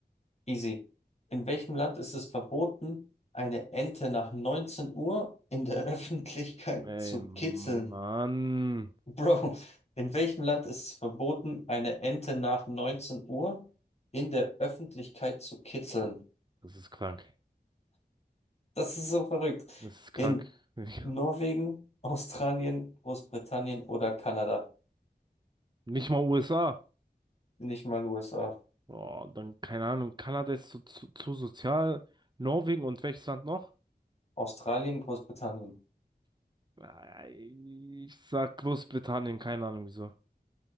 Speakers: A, on the left; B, on the right.
A: easy. In welchem Land ist es verboten, eine Ente nach 19 Uhr in der <laughs> Öffentlichkeit
B: Ey,
A: zu
B: Mann,
A: kitzeln? Bro, in welchem Land ist es verboten, eine Ente nach 19 Uhr in der Öffentlichkeit zu kitzeln?
B: das ist krank.
A: Das ist so verrückt.
B: Das ist krank.
A: In
B: <laughs>
A: Norwegen, Australien, Großbritannien oder Kanada?
B: Nicht mal USA.
A: Nicht mal USA.
B: Oh, dann keine Ahnung. Kanada ist zu, zu, zu sozial. Norwegen und welches Land noch?
A: Australien, Großbritannien.
B: Äh, Ich sag Großbritannien, keine Ahnung wieso.